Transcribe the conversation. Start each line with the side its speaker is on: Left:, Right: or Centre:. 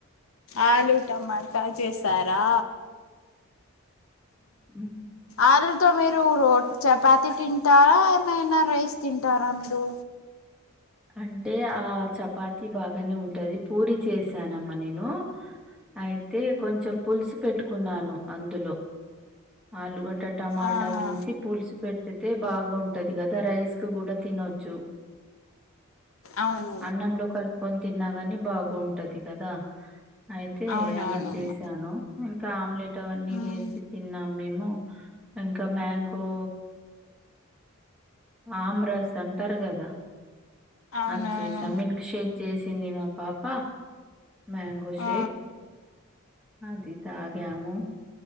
Left: ఆలు టమాటా చేసారా
Centre: హ్మ్
Left: ఆ మీరు రోడ్ చపాతి తింటారా ఏమైనా రైస్ తింటారా మీరు
Centre: అంటే ఆ చపాతి బాగానే ఉంటది పూరి చేసానమ్మా నేను అయితే కొంచెం పులుసు పెట్టుకున్నాను అందులో ఆలుగడ్డ టమాటా
Left: ఆహా
Centre: వేసి పులుసు పెట్తే బాగుంటది కదా రైస్ కు కూడా తినొచ్చు
Left: అవును
Centre: అన్నంలో కలుపుకొని తిన్నాగాని బాగుంటది కదా అయితే
Left: అవునవునమ్మా
Centre: అలా చేసి ఇచ్చాను ఇంకా ఆమ్లెట్ అవన్నీ
Left: ఉమ్,
Centre: వేసి తిన్నాం మేము ఇంకా మ్యాంగో ఆమ్రాస్ అంటారు కదా
Left: అవునవును
Centre: అది చేశా మిల్క్ షేక్ చేసింది మా పాప మ్యాంగో షేక్
Left: ఆ
Centre: అది తాగాము